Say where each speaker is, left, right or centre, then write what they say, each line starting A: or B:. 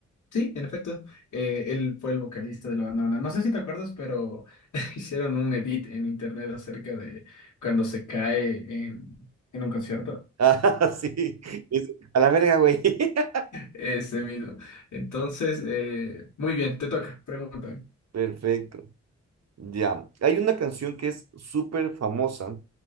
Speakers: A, on the left (about 80°); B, on the right (about 60°).
A: Sí, en efecto, eh, él fue el vocalista de la banda Mana. No sé si te acuerdas, pero <laughs> hicieron un edit en internet acerca de cuando se cae en, en un concierto.
B: Ah, sí. Es- a la verga, güey. <laughs>
A: Ese mismo. Entonces, eh, muy bien, te toca, pregúntame.
B: Perfecto. Ya, hay una canción que es súper famosa